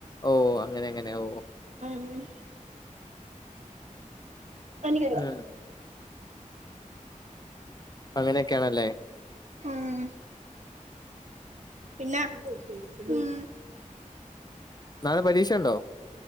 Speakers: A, on the left; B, on the right.
A: ഓ അങ്ങനെ ങ്ങനെ ഓ
B: മ് എനിക്കൊരുവ
A: ഉം അങ്ങനെയൊക്കെയാണല്ലേ
B: മ് പിന്ന മ്
A: നാളെ പരീഷയുണ്ടോ